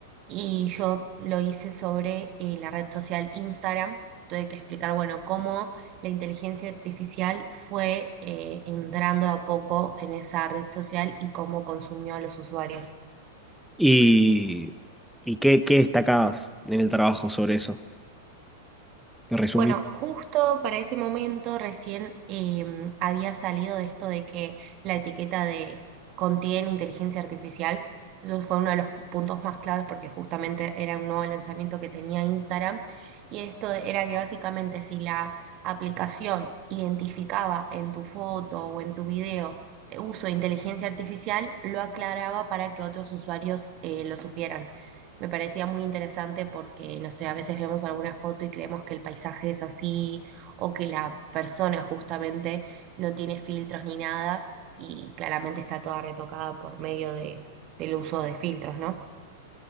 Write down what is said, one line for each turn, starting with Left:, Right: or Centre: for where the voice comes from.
Right: Y yo lo hice sobre eh, la red social Instagram. Tuve que explicar, bueno, cómo la inteligencia artificial fue eh, entrando a poco en esa red social y cómo consumió a los usuarios.
Centre: ¿Y, y qué, qué destacabas en el trabajo sobre eso? Te resumí.
Right: Bueno, justo para ese momento recién em, había salido de esto de que la etiqueta de contiene inteligencia artificial. Eso fue uno de los puntos más claves porque justamente era un nuevo lanzamiento que tenía Instagram. Y esto era que básicamente si la aplicación identificaba en tu foto o en tu video eh, uso de inteligencia artificial, lo aclaraba para que otros usuarios eh, lo supieran me parecía muy interesante porque, no sé, a veces vemos alguna foto y creemos que el paisaje es así o que la persona justamente no tiene filtros ni nada y claramente está toda retocada por medio de, del uso de filtros, ¿no?